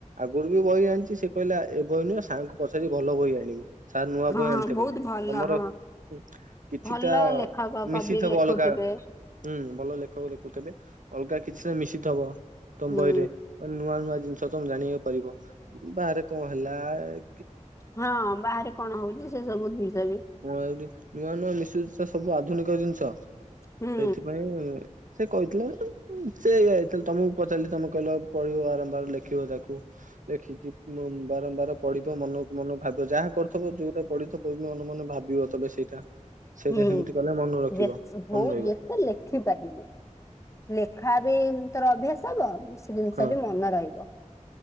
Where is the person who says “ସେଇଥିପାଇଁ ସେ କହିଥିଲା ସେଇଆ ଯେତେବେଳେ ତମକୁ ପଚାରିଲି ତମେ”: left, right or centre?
Right